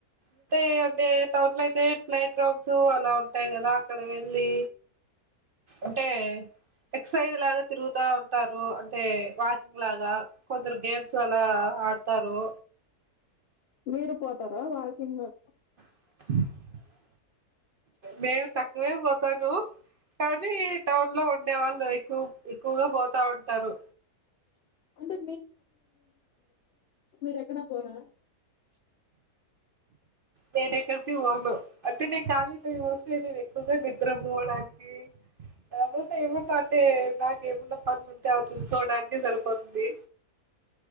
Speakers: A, on the right; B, on the left.
A: అంటే అంటే టౌన్ లో అయితే ప్లే గ్రౌండ్స్ఊ అలా ఉంటాయి కదా అక్కడ వెళ్ళి అంటే ఎక్ససైజ్ లాగా తిరుగుతా ఉంటారు టే వాకింగ్ లాగా కొందరు గేమ్ చాలా ఆడతారు
B: మీరు పోతారా వాకింగ్ అ
A: <inaudible> మేము తక్కువే పోతాను కానీ టౌన్ లో ఉండే వాళ్ళు ఎక్కువ క్కువగా పోతా ఉంటారు
B: అంటే మీరు ఎక్కడా పోరా
A: నేను ఎక్కడికి పోను అంటే నేన్ కాలి టైం వస్ నేను ఎక్కువగా నిద్రపోవడానికి <unintelligible> అంటే నాకేమున్న పనులు ఉంటే అవి చూసుకోవడా అన్ని సరిపోద్ది